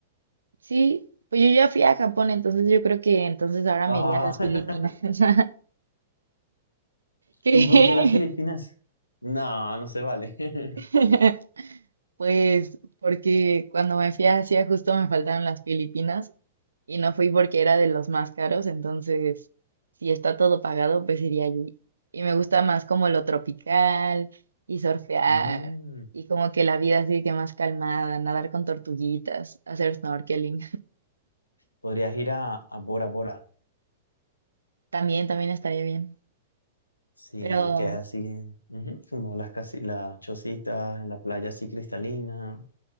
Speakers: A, on the right; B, on the left.
A: Sí, pues yo ya fui a Japón, entonces yo creo que entonces ahora
B: Ah,
A: me iría a las
B: <laughs>
A: Filipinas. <laughs> ¿Qué?
B: ¿y por qué las Filipinas? No, no se vale. <laughs>
A: <laughs> Pues porque cuando me fui a Asia justo me faltaron las Filipinas y no fui porque era de los más caros, entonces si está todo pagado, pues iría allí. Y me gusta más como lo tropical y surfear
B: Mm,
A: y como que la vida así que más calmada, nadar con tortuguitas, hacer snorkeling.
B: podrías ir a, a Bora Bora,
A: <laughs> También, también estaría bien.
B: sí,
A: Pero
B: que es así, ujú, como las, casi, las chocitas, la playa así cristalina.